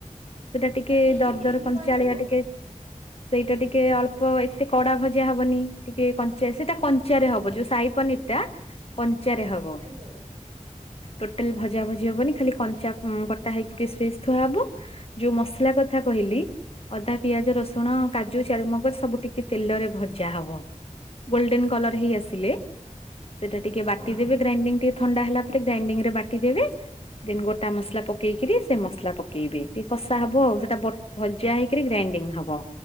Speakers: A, on the left; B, on the right.
A: ସେଟା ଟିକେ
B: ଆଉ ସେଇଟା
A: ଦରଦର
B: କେମିତି
A: କଞ୍ଚାଳିଆ
B: କହିଥିଲେ?
A: ଟିକେ ସେଇଟା ଟିକେ ଅଳ୍ପ ଏତେ କଡା ଭଜା ହବନି। ଟିକେ କଞ୍ଚା ସେଇଟା କଞ୍ଚା ରେ ହବ। ଯୋଉ ସହି ପନିର୍ ଟା କଞ୍ଚା ରେ ହବ।
B: ଆଜ୍ଞା
A: ଟୋଟାଲ ଭଜା ଭଜି ହବନି, ଖାଲି କଞ୍ଚା ଉଁ, କଟା ହେଇକି ପିସ୍ ପିସ୍ ଥୁଆ ହବ। ଯୋଉ ମସଲା କଥା କହିଲି। ଅଦା, ପିଆଜ, ରସୁଣ, କାଜୁ, ଚାରୁମଗଜ ସବୁ ଟିକେ ତେଲରେ ଭଜା ହବ। ଗୋଲଡେନ୍ କଲର୍ ହେଇ ଆସିଲେ ସେଟା ଟିକେ ବାଟିଦେବେ।
B: ହଁ
A: ଗ୍ରାଇଣ୍ଡିଙ୍ଗ ଟିକେ ଥଣ୍ଡା ହେଲା ପରେ ଗ୍ରାଇଣ୍ଡିଙ୍ଗ ରେ ବାଟିଦେବେ। ଦେନ୍ ଗୋଟା ମସଲା ପକେଇକିରି ସେ ମସଲା ପକେଇବେ। ଟିକେ କଷା ହବ। ସେଟା ବ ଭଜା ହେଇକିରି ଗ୍ରାଇଣ୍ଡିଙ୍ଗ ହବ,